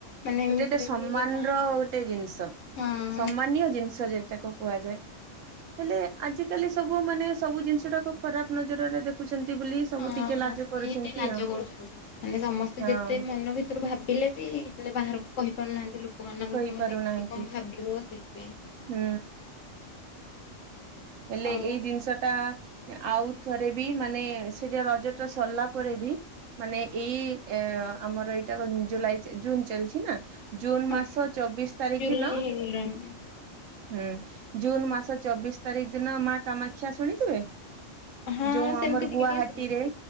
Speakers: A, on the left (about 75°); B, on the right (about 80°).
A: ମାନେ ଏମିତିରେ
B: ଗୋଟେତ ସମ୍ମାନର
A: ବି ମାଆଙ୍କ
B: ଗୋଟେ ଜିନିଷ।
A: ହଁ
B: ସମ୍ମାନୀୟ ଜିନିଷ ଯେଟାକୁ କୁହାଯାଏ। ହେଲେ ଆଜିକାଲି ସବୁ ମାନେ ସବୁ ଜିନିଷଟାକୁ ଖରାପ ନଜରରେ ଦେଖୁଛନ୍ତି ବୋଲି ସବୁ
A: ହଁ
B: ଟିକେ ଲାଜ କରୁଛନ୍ତି
A: କିଏ ଏତେ ଲାଜ
B: ଆଉ
A: କରୁଛନ୍ତି ମାନେ ସମସ୍ତେ
B: ହଁ
A: ଯେତେ ମନ ବି ତରୁ ଭାବିଲେ ବି ହେଲେ ବାହାରକୁ କହିପାରୁନାହାନ୍ତି ଲୋକମାନଙ୍କ
B: କହିପାରୁନାହାନ୍ତି
A: ମାନେ କିଏ କଣ ଭାବିବ ସେଇଥିପାଇଁ।
B: ହୁଁ ହେଲେ
A: ଆଉ
B: ଏଇ ଜିନିଷଟା ଆଉ ଥରେ ବି ମାନେ ସେଟା ରଜଟା ସରିଲା ପରେ ବି ମାନେ ଏଇ ଆମର ଏଇଟା ଜୁଲାଇ ଜୁନ ଚାଲିଛି ନା ଜୁନ
A: ହଁ
B: ମାସ ଚବିଶି ତାରିଖ
A: ଜୁଲାଇ
B: ଦିନ
A: ହେଇଗଲାଣି
B: ହୁଁ, ଜୁନ ମାସ ଚବିଶ ତାରିଖ ଦିନ ମା କାମାକ୍ଷା ଶୁଣିଥିବେ
A: ହଁ
B: ଯୋଉ
A: ସେମିତି
B: ଆମର
A: ଟିକେ
B: ଗୁଆହାଟିରେ
A: ଟିକେ ଶୁଣିଛି